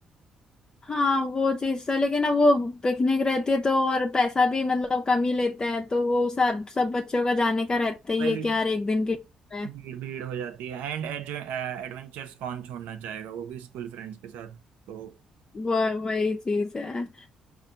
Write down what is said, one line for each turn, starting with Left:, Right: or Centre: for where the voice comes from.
Left: हाँ वो चीज तो लेकिन अब वो पिकनिक रहती है तो और पैसा भी मतलब कम ही लेते हैं तो वो सब सब बच्चों का जाने का रहता ही
Right: वही
Left: है कि यार एक दिन की trip है
Right: भीड़ भीड़ हो जाती है एंड एडवेंचर्स कौन छोड़ना चाहेगा वो भी स्कूल फ्रेंड्स के साथ तो
Left: वो वही चीज है